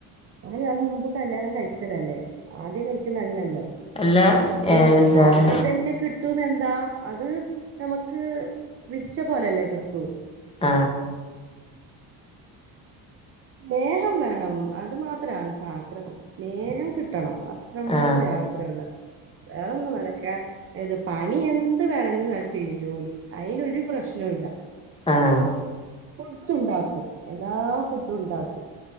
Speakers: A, on the right; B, on the left.
A: ഓന് ആ മുമ്പ് കല്യാണം കഴിച്ചതല്ലേ ആദ്യം കഴിക്ക നല്ലല്ലോ
B: അല്ല
A: ഇപ്പോ
B: ഏ, എന്താണ്
A: ആദ്യ തന്നെ കി ട്ടൂന്നെന്താ അത് നമുക്ക് വിധിച്ച പോലെല്ലേ കിട്ടൂ.
B: ആ
A: നേഹം വേണം. അത് മാത്രാ ൻകാഗ്രഹം. നേഹം കിട്ടണം. അത്ര മാത്രേ
B: ആ
A: ആഗ്രഹുള്ള വേറൊന്നും വേണ്ടക് ഇത് പണി എന്ത് വേണങ്കിലും യാ ചെയ്യും ജോലി. അയിനൊരു പ്രശ്നവു ഇല്ല.
B: ആഹ്
A: ഫുഡ്ണ്ടാക്കും. എല്ലാ ഫുഡുണ്ടാക്കും.